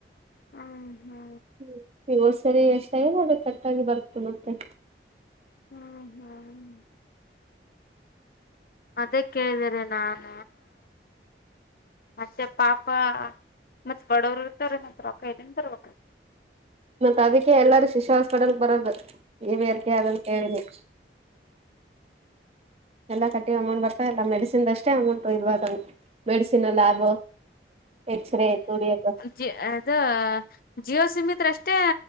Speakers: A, on the left (about 55°); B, on the right (about 35°).
A: ಹಾ, ಹಾ
B: ಹ್ಮ್ ಈಗ ಹೊದ್ಸರಿ ಎಷ್ಟ ಆಗ್ಯಾದ ಅದ ಕಟ್ಟಾಗಿ ಬರ್ತ ಮತ್ತೆ.
A: ಹ್ಮ್, ಹ್ಮ್ ಅದೇ ಕೇಳಿದರೀ ನಾನ. ಮತ್ತೆ ಪಾಪ ಮತ್ತ್ ಬಡವರು ಇರ್ತಾರಿ ಮತ್ತ್ ರೊಕ್ಕ ಎಲ್ಲಿಂದ ಬರ್ಬೇಕರಿ.
B: ಮತ್ತ ಅದಕ್ಕೆ ಎಲ್ಲಾರು ಶಿಶು ಹಾಸ್ಪಟಲ್ಕ್ ಬರದ ಏನ್ ಎರ್ಗೆ ಅದಂತ ಹೇಳಿನೇ. ಎಲ್ಲ ಕಟ್ಟಿ ಅಮೌಂಟ್ ಬರ್ತ ಇಲ್ಲ. ಮೆಡಿಸಿನ್ದ ಅಷ್ಟೇ ಅಮೌಂಟ್ <unintelligible> ಮೆಡಿಸಿನ ಲ್ಯಾಬ್ ಎಕ್ಸ್ರೇ <unintelligible>
A: ಜೀ ಅದ. ಜಿಯೋ ಸಿಮ್ ಇದ್ರ ಅಷ್ಟೇ